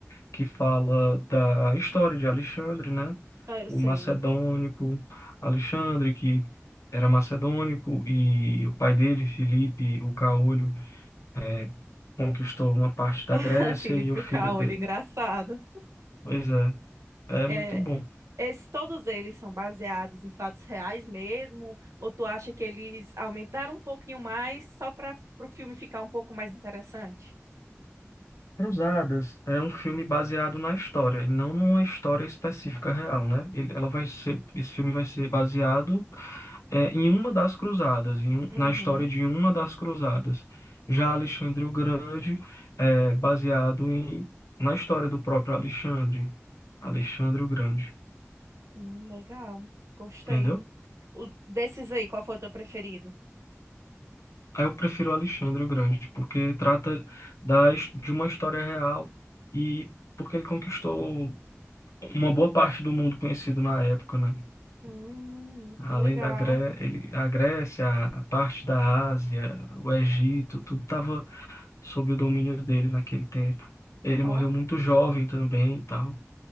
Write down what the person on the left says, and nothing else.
que fala da história de Alexandre, né?
O
macedônico Alexandre, que era macedônico, e o pai dele, Filipe, o caolho, é, conquistou uma parte da
Grécia
e o filho
dele.
Pois é, é
muito bom.
Cruzadas é um filme baseado na história, e não numa história específica real, né? Ele, ela vai ser, esse filme vai ser baseado é, em uma das cruzadas, em um-
na história de uma das cruzadas. Já Alexandre o Grande é baseado em, na história do próprio Alexandre, Alexandre o Grande,
entendeu?
Aí eu prefiro Alexandre o Grande, porque trata da, his- de uma história real e porque ele conquistou uma boa parte do mundo conhecido na época, né?
Além
da Gré ele, a Grécia, a parte da Ásia, o Egito, tudo estava sob o domínio dele naquele tempo. Ele
morreu muito jovem também e tal.